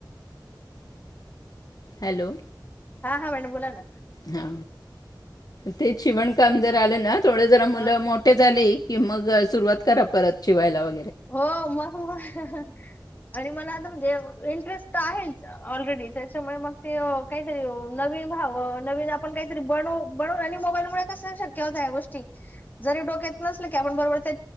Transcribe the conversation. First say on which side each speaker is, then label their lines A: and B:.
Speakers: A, on the left (about 55°); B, on the left (about 25°).
A: हॅलो
B: हा हा मॅडम बोला ना.
A: हा ते शिवण कामदार आलं ना. थोडे जरा मुलं
B: हा
A: मोठे झाली. की मग सुरुवात करा परत शिवायला व
B: हो मग मग आणि मला आता इंटरेस् आहे ऑलरेडी त्याच्यामुळे काही ननव नन आप काहीतरी मो क शक गो जरी डोक्यात न आप बरोब त्या